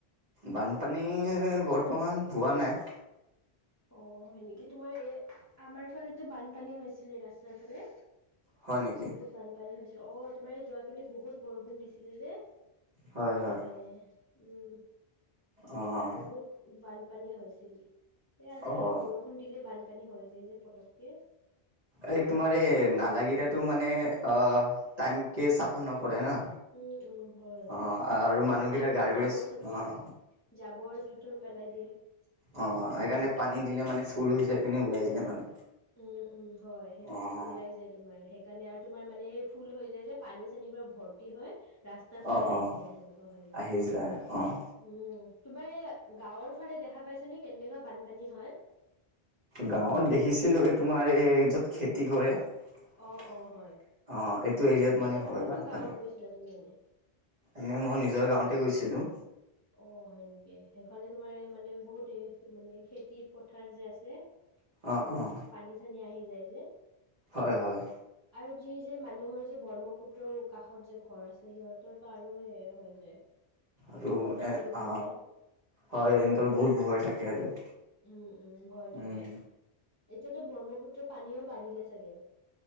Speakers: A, on the right; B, on the left.
A: বানপানী বৰ্তমান হোৱা নাই।
B: অ', হয় নেকি তোমাৰ এ আমাৰ ফালেতো বানপানী হৈছিলে ৰাস্তাৰ ফালে।
A: হয় নেকি?
B: বহুত বানপানী হৈছিল, অ' তোমাৰ যোৱা কালি বহুত বৰষুণ দিছিলে যে
A: হয়
B: সেইকাৰণে
A: হয়
B: উম।
A: অ'।
B: বহুত বানপানী হৈছিল। এ আজিকালি
A: অ'
B: বৰষুণ দিলে বানপানী হৈ যায় যে পতকে।
A: এই তোমাৰ এই নালাগিৰাটো মানে আহ টাইম কেে চাফা নকৰে না।
B: উম, উম, হয়
A: অ' মানুহকেইটা
B: আৰু মানুহে
A: গাৰ্বেজ
B: জাবৰ চাবৰ
A: অ'
B: জাবৰ জোথৰ পেলাই দিয়ে উম
A: অ'
B: উম।
A: সেইকাৰণে পানী দিলে মানে ফুল হৈ যায় পিনি ওলাই যায় মানে।
B: উম, উম, হয় সেই
A: অ'
B: ওলাই যায় তোমাৰ হেক সেইকাৰণে আৰু তোমাৰ মানে এই ফুল হৈ যায় যে পানী চানীবিলাক ভৰ্তি হয়। ৰাস্তাৰ ফালে
A: অ' অ'
B: আহি যায় সেনেকুৱা হৈ যায়।
A: আহি
B: উম,
A: অ'
B: তোমাৰ এই গাঁৱৰফালে দেখা পাইছানে কেনেকুৱা বানপানী হয়?
A: গাঁৱত দেখিছিলো এই তোমাৰ এই য'ত খেতি কৰে। অ', এইটো
B: অ', অ', হয়
A: এৰিয়াত
B: এনে
A: মানে হয়
B: কোনটো
A: বানপানী।
B: গাঁৱত গৈছিলা তুমি এনে?
A: এনে মই নিজৰ গাঁৱতে গৈছিলো।
B: অ', হয় নেকি সেইফালে তোমাৰ এই মানে বহুত মানে খেতি পথাৰ যে আছে। সেইবোৰত
A: অ', অ',
B: পানী চানী আহি যায় যে।
A: হয়, হয়
B: আৰু যি যে মানুহৰ ব্ৰহ্মপুত্ৰৰ কাষত যে ঘৰ আছে সিহঁতো আৰু শেষ হৈ যায়।
A: আৰু
B: ঘৰ চৰ
A: এ
B: ডুবি
A: আ
B: যায়।
A: হয় ইহঁতৰ বহুত ভয় থাকে আৰু।
B: উম, উম, ভয়
A: উম,
B: থাকে। এতিয়াতো ব্ৰহ্মপুত্ৰ পানীও বাঢ়িলে চাগে।